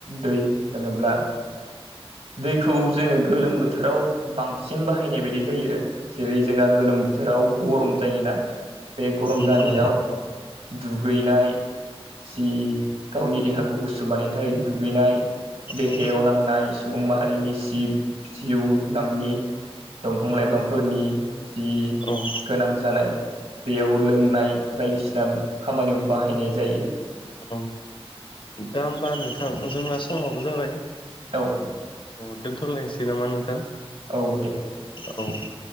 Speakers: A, on the right (about 75°); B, on the left (about 55°).
A: दै होनोब्ला। दैखौ जोंनो गोलोम बोथोराव बांसिन बाहायनाय बायदि जायो। जेरै जोंहा गोलोम बोथोराव गरम जायोना बे गरम
B: नंगौ
A: जानायाव दुगैनाय जि गावनि देहाखौ गुसु बानायनो थाखाय दुगैनाय देहायाव
B: औ
A: नांनाय सुबुं माहारिनि सि जिउनांनि दंफां लाइफांफोरनि जि
B: औ
A: गोनां जानाय बेयाव लोंनाय बायदिसिना खामानियाव बाहायनाय जायो।
B: औ दा होमबा नोंथां जोंना समाबो जाबाय। अ
A: औ
B: दोनथ'लायसै नामा नोंथां?
A: औ दे
B: औ औ।